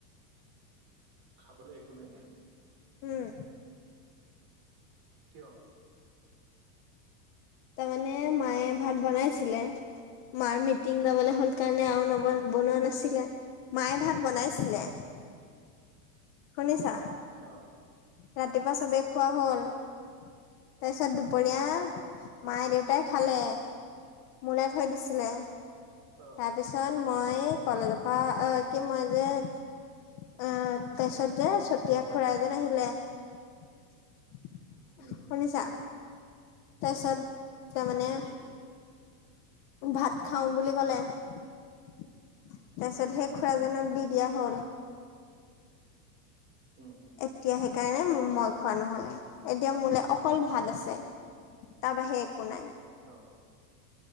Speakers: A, on the right; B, on the left.
A: খাবলৈ একো নাই।
B: উম
A: কিয়?
B: তাৰ মানে মায়ে ভাত বনাইছিলে। মাৰ মিটিং যাবলে হ'ল কাৰণে আৰু নব-
A: হম
B: বনোৱা নাছিলে। মায়ে ভাত বনাইছিলে। শুনিছা?
A: অ
B: ৰাতিপুৱা চবেই খোৱা
A: শুনিছো
B: হ'ল। তাৰপিছত দুপৰীয়া
A: অ
B: মায়, দেউতাই খালে। মোলে থৈ দিছিলে।
A: অ
B: তাৰপিছত মই কলেজপা
A: উম
B: আ কি মই যে অঁ, তাৰপিছত যে চুতিয়া খুড়া এজন আহিলে। শুনিছা?
A: উম
B: তাৰপিছত তাৰমানে,
A: শুনিছো
B: ভাত খাওঁ বুলি ক'লে। তাৰপিছত
A: উম
B: সেই খুড়াজনক দি দিয়া হ'ল।
A: উম
B: এতিয়া সেইকাৰণে মই খোৱা নহলে। এতিয়া মোলে অকল ভাত আছে। তাৰ বাহিয়ে একো নাই।
A: ' <inaudible>